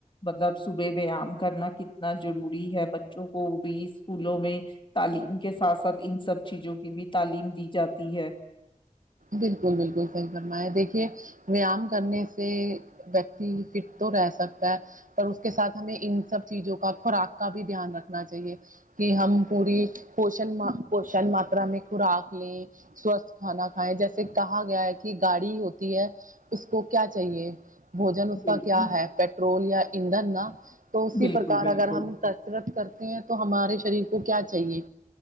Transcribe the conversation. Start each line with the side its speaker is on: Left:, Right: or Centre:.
Left: مطلب صبح ویام کرنا کتنا ضروری ہے چک بی اسکولوں میں تعلیم کے ساتھ ساتھ ان سب چیزوں کی بھی تعلیم دی جاتی ہے
Right: بالکل بالکل صحیح فرما دیکھیے ویام کرنے سے ویکتی فٹ تو رہ سکتا ہے پر اس کے ساتھ ہمیں ان سب چیزوں کا خوراک کا بھی دھیان رکھنا چاہیے کہ ہم پوری پوشن پوشن ماترا میں خوراک لیں سوستھ کھانا جیسے کہا گیا ہے کہ گاڑی ہوتی ہے اس کو کیا چاہیے بوجن اس
Left: بالکل
Right: کا کیا ہے پیٹرول یا اند نہ تو اسی
Left: بالکل
Right: پرکار
Left: بالکل
Right: اگر ہم کثرت کرتے ہیں تو ہمارے شریر کو کیا چاہیے